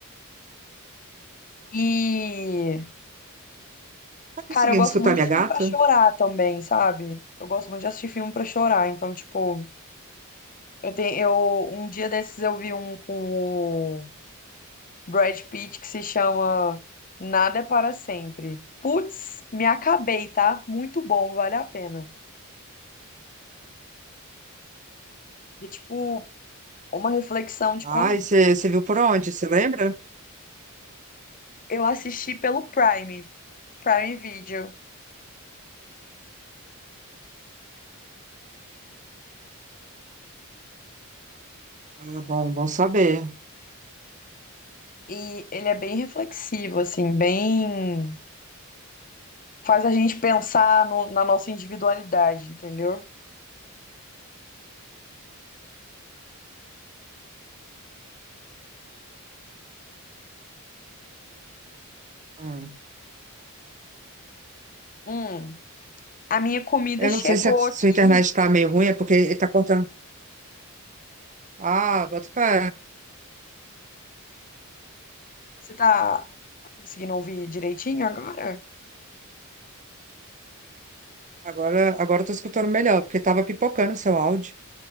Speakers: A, on the left; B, on the right.
A: e
B: Tá conseguindo
A: Cara, eu gosto
B: escutar
A: muito
B: minha
A: de filme
B: gata?
A: pra chorar também, sabe? Eu gosto muito de assistir filme pra chorar. Então, tipo, eu tenho, eu um dia desses eu vi um com o Brad Pitt que se chama Nada é para sempre. Putz, me acabei, tá? Muito bom, vale a pena. E tipo, uma reflexão de
B: Ah,
A: quando
B: você viu por onde? Você lembra?
A: eu assisti pelo Prime, Prime Video,
B: Ah, bom, bom saber.
A: e ele é bem reflexivo assim, bem faz a gente pensar no- na nossa individualidade, entendeu?
B: Hum.
A: Hum. A minha comida
B: Eu
A: chegou
B: não sei se a sua
A: aqui.
B: internet está meio ruim, é porque ele tá cortando. Ah, bota fé.
A: Você tá conseguindo ouvir direitinho agora?
B: Agora, agora eu tô escutando melhor, porque tava pipocando o seu áudio.